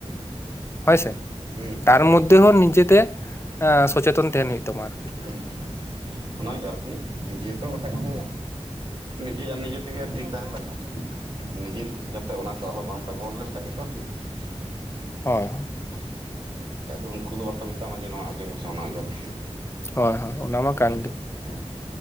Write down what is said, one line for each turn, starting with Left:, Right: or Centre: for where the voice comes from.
Left: ᱦᱚᱭ
Right: ᱦᱩᱸ
Left: ᱥᱮ
Right: ᱦᱩᱸ
Left: ᱛᱟᱨ ᱢᱚᱫᱷᱮ ᱦᱚᱸ ᱱᱤᱡᱮᱛᱮ ᱥᱚᱪᱮᱛᱚᱱ ᱛᱟᱦᱮᱱ ᱦᱩᱭᱩᱜ ᱛᱟᱢᱟ ᱟᱨᱠᱤ
Right: ᱦᱩᱸ ᱚᱱᱟᱜᱮ ᱟᱨᱠᱤ ᱱᱤᱡᱮ ᱛᱚ ᱵᱟᱠᱷᱟᱡ ᱫᱚ ᱱᱤᱡᱮ ᱟᱨ ᱱᱤᱡᱮ ᱛᱮᱜᱮ ᱴᱷᱤᱠ ᱛᱟᱦᱮᱱ ᱞᱟᱜᱟᱜ-ᱟ᱾ ᱱᱤᱡᱮ ᱡᱟᱛᱮ ᱚᱱᱟ ᱠᱚ ᱟᱞᱚ ᱵᱟᱢ ᱵᱮᱵᱚᱦᱟᱨ ᱞᱮᱱᱠᱷᱟᱡ ᱜᱮᱛᱚ ᱴᱷᱤᱠ <unintelligible>
Left: ᱦᱳᱭ ᱦᱳᱭ
Right: ᱵᱟᱠᱷᱟᱡ ᱫᱚ ᱩᱱᱠᱩ ᱫᱚ ᱵᱟᱠᱚ ᱢᱮᱛᱟᱢᱟ ᱡᱮ ᱱᱚᱣᱟ ᱚᱡᱚᱜ ᱢᱮᱥᱮ ᱚᱱᱟ ᱚᱡᱚᱜ ᱢᱮ᱾
Left: ᱦᱳᱭ ᱦᱳᱭ ᱚᱱᱟ ᱢᱟ ᱠᱟᱱ ᱜᱮ
Right: ᱦᱮᱸ